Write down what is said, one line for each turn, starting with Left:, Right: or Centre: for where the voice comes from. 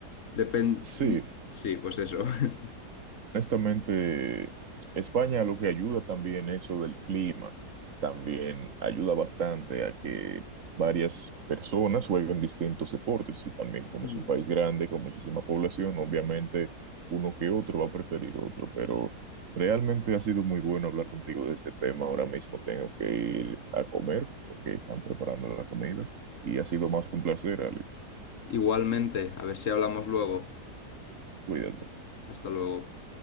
Left: Depende...
Right: Sí,
Left: Sí, pues eso. <laughs>
Right: Honestamente, España lo que ayuda también eso del clima, también ayuda bastante a que varias personas jueguen distintos deportes y también como
Left: Mm.
Right: es un país grande con muchísima población, obviamente uno que otro va a preferir otro, pero realmente ha sido muy bueno hablar contigo de este tema. Ahora mismo tengo que ir a comer porque están preparando la comida y ha sido más que un placer, Alex.
Left: Igualmente, a ver si hablamos luego.
Right: Cuídate.
Left: Hasta luego.